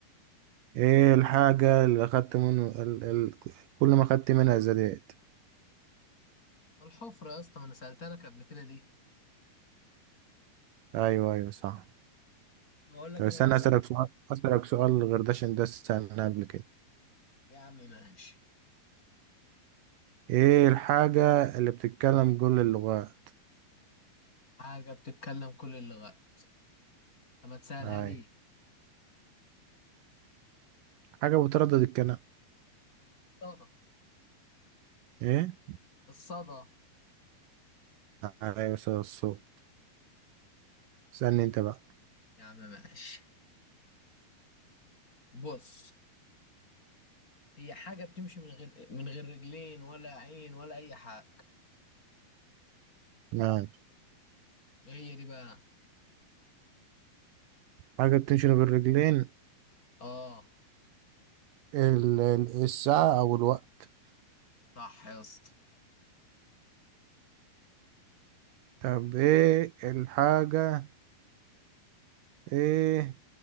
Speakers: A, on the right; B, on the left.
A: ايه الحاجة اللي اخدت منه ال... ال... كل ما اخدت منها زادت
B: الحفرة يا اسطى ما انا سألتها لك قبل كده ليه
A: ايوه ايوه صح
B: بقول لك
A: طب استنى
B: انا بسأل
A: اسألك سؤال اسألك سؤال غير ده عشان ده سألناه قبل كده
B: يا عم ماشي
A: ايه الحاجة اللي بتتكلم كل اللغات
B: حاجة بتتكلم كل اللغات لما تسألها
A: اي
B: لي
A: حاجة بتردد الكلام
B: الصدى
A: ايه
B: الصدى
A: ايوه صدى الصوت استنى انت بقى
B: يا عم ماشي بص هي حاجة بتمشي من غير من غير رجلين ولا عين ولا أي حاجة
A: ماشي
B: إيه هي دي بقى
A: حاجة بتمشي بالرجلين
B: اه
A: ال... ال- الساعة او الوقت
B: صح يا اسطى
A: طب ايه الحاجة ايه